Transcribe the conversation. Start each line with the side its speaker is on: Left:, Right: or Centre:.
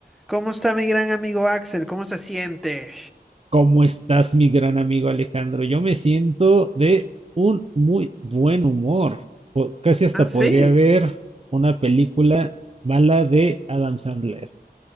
Centre: ¿Cómo está mi gran amigo Axel? ¿Cómo se siente?
Right: ¿Cómo estás, mi gran amigo Alejandro? Yo me siento de un muy buen humor. Po- Casi hasta
Centre: Ah, sí.
Right: podría ver una película mala de Adam Sandler.